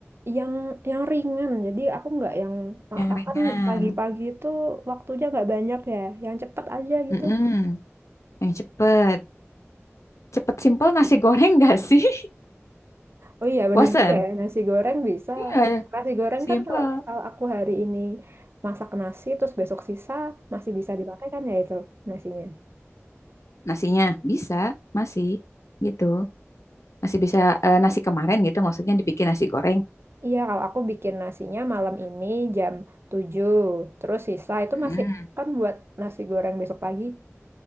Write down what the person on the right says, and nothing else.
yang yang ringan. Jadi aku nggak yang ah,
kan pagi-pagi itu waktunya nggak banyak ya, yang cepet aja gitu.
Oh iya, bener
juga ya. Nasi goreng bisa.
Nasi goreng
kan kalau misal aku hari ini masak nasi, terus besok sisa masih bisa dipakai kan ya itu nasinya.
Iya, kalau aku bikin nasinya malam ini jam 7 terus sisa itu
masih kan buat nasi goreng besok pagi.